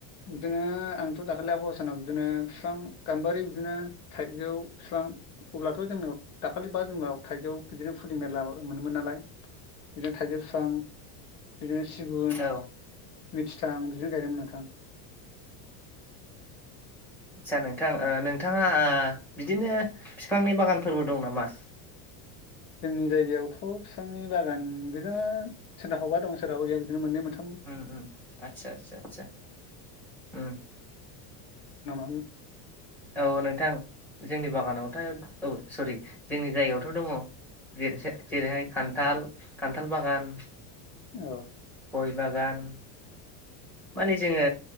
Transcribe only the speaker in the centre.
औ
आस्सा नोंथां ओ नोंथाङा ओ बिदिनो फिफांनि बागानफोरबो दं नामा?
उम उम आतसा आतसा आतसा उम
औ नोंथां जोंनि बागानावथाय औ सरि जोंनि जायगायावथ' दङ जेरैहाय खान्थाल खान्थाल बागान
गय बागान। माने जोङो